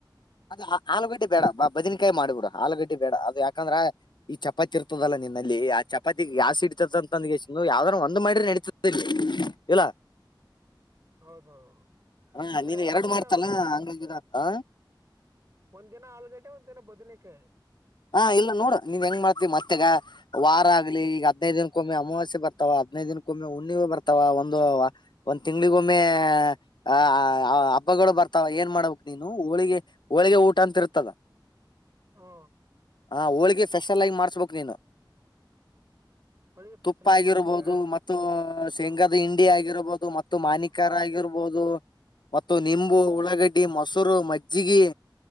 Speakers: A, on the left; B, on the right.
A: ಅದ ಆಲೂಗಡ್ಡಿ ಬೇಡ ಬ ಬದನಕಾಯಿ ಮಾಡಿಬಿಡ ಆಲೂಗಡ್ಡಿ ಬೇಡ ಅದು ಯಾಕಂದ್ರ ಈ ಚಪಾತಿ ಇರ್ತದಲ್ಲ ನಿನ್ನಲ್ಲಿ ಆ ಚಪಾತಿಗಿ ಯಾಸ್ ಇಡ್ತದ ಅಂತಂದ ಯಾವ್ದಾರ ಒಂದ್ ಮಾಡ್ರಿ ನಡತದೆಲ್ಲಿ ಇಲ್ಲಿ
B: ಹೌದು
A: ಹ
B: ಅಂದ್ರೆ
A: ನೀನ್ ಎರಡು
B: ಹಿಂಗ್
A: ಮಾಡ್ತಲ್ಲ
B: ಮಾಡೋಣ
A: ಹಂಗ ಆಗಿ ಇದ ಆ
B: ಒಂದ್ ದಿನ ಆಲೂಗಡ್ಡೆ ಒಂದ್ ದಿನ ಬದನಕಾಯಿ
A: ಹಾ ಇಲ್ಲ ನೋಡ ನೀವ್ ಹೆಂಗ್ ಮಾಡ್ತಿವಿ ಮತ್ತೆಗ ವಾರ ಆಗ್ಲಿ ಈಗ ಹದಿನೈದು ದಿನಕ್ಕೊಮ್ಮೆ ಅಮಾವಾಸ್ಯ ಬರ್ತಾವ ಹದ್ನೈದ ದಿನಕ್ಕೊಮ್ಮೆ ಉಣ್ಣಿವ ಬರ್ತಾವ ಒಂದು ಒ ಒಂದ ತಿಂಗಳ ಹುಣ್ಣಿಮೆ ಗೊಮ್ಮೆ ಆ ಆ ಹಬ್ಬಗಳು ಬರ್ತಾವ ಏನ್ ಮಾಡ್ಬೇಕ ನೀನು ಹೋಳಗಿ ಹೋಳಿಗಿ ಊಟ ಊಟಂತಿರುತ್ತಲ್ಲ
B: ಹಾ
A: ಹಾ ಹೋಳಿಗೆ ಫೆಷಲ್ ಆಗಿ ಮಾಡಿಸಬೇಕು ನೀನು
B: ಅಡುಗೆ ಸ್ಪೆಷಲ್
A: ತುಪ್ಪ
B: ಆಗಿ
A: ಆಗಿರ್ಬಹುದು
B: ಮಾಡಿಸ್ಬೇಕಾ
A: ಮತ್ತು ಉ ಶೇಂಗಾದ ಹಿಂಡಿ ಆಗಿರ್ಬೋದು ಮತ್ತು ಮಾನಿಕರ ಆಗಿರ್ಬೋದು ಮತ್ತು ನಿಂಬು ಉಳ್ಳಾಗಡ್ಡಿ ಮೊಸರು ಮಜ್ಜಗಿ